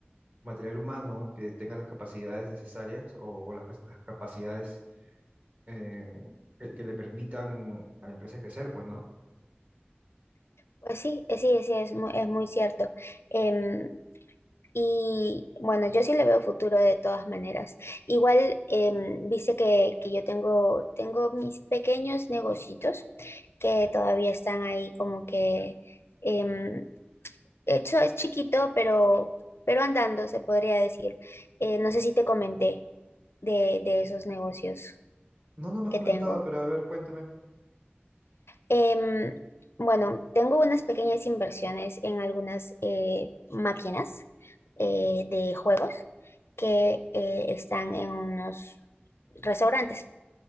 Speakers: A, on the right; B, on the left.
A: material humano que tenga las capacidades necesarias o, o las, las capacidades eh, que que le permitan a la empresa crecer, pues, ¿no?
B: Pues sí, eh, sí, sí, es muy, es muy cierto. Em, y bueno, yo sí le veo futuro de todas maneras. Igual, em, viste que, que yo tengo, tengo mis pequeños negocitos que todavía están ahí como que... em, Eso es chiquito, pero, pero andando, se podría decir. Eh, no sé si te comenté de, de esos negocios
A: No, no me has
B: que
A: comentado,
B: tengo.
A: pero a ver, cuéntame.
B: Em, bueno, tengo unas pequeñas inversiones en algunas eh, máquinas eh, de juegos que eh, están en unos restaurantes.